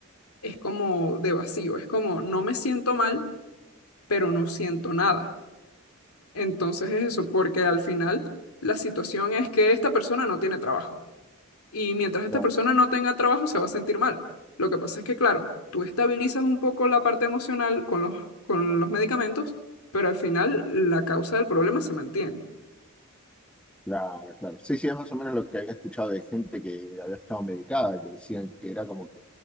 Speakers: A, on the left; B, in the centre.
A: es como de vacío, es como no me siento mal, pero no siento nada. Entonces es eso, porque al final la situación es que esta persona no tiene trabajo. Y mientras esta
B: claro.
A: persona no tenga trabajo, se va a sentir mal. Lo que pasa es que, claro, tú estabilizas un poco la parte emocional con los, con los medicamentos, pero al final la causa del problema se mantiene.
B: Claro, claro. Sí, sí, es más o menos lo que había escuchado de gente que había estado medicada, que decían que era como que